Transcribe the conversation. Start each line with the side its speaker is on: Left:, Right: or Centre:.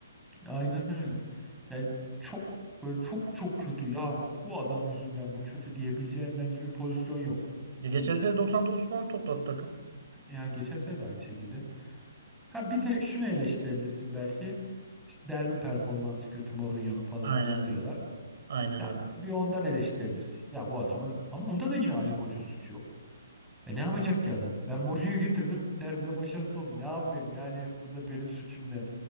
Centre: Aynen öyle. Yani çok böyle çok çok kötü. Ya bu adam yüzünden bu kötü diyebileceğin bence bir pozisyon yok.
Right: Ya Geçen sene 99 puan topladı takım.
Centre: Ya geçen sene de aynı şekilde. Ha bir tek şunu eleştirebilirsin belki. İşte derbi performansı kötü Mourinho'nun falan
Right: Aynen
Centre: filan
Right: öyle.
Centre: diyorlar.
Right: Aynen
Centre: Ya
Right: öyle.
Centre: bir ondan eleştirebilirsin. Ya bu adamın ama onda da yine Ali Koç'un suçu yok. E ne yapacak ki adam? Ben Mourinho'yu getirdim derbide başarısız oldu. Ne yapayım? Yani bunda benim suçum ne?